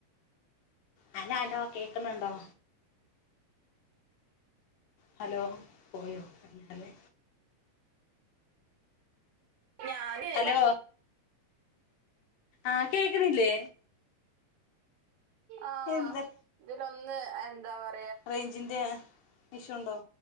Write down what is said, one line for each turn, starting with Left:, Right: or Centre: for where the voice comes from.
Left: ഹലോ കേൾക്കുന്നുണ്ടോ ഹലോ പോയോ ഹലോ
Right: ഞാന്
Left: ഹലോ ആഹ് കേൾക്കണില്ലേ
Right: ആഹ്
Left: എന്താ
Right: ഇതിലൊന്ന് എന്താ പറ
Left: റെയീഞ്ചിന്റെ ഇഷ്യൂ ഉണ്ടോ